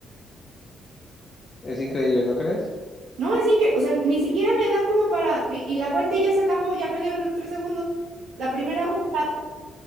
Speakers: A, on the left; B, on the right.
A: Es increíble, ¿no crees?
B: no, es increíble, o sea, ni siquiera me da como para, y, y la vuelta y ya se acabó, ya me dieron los tres segundos. La primera vuelta,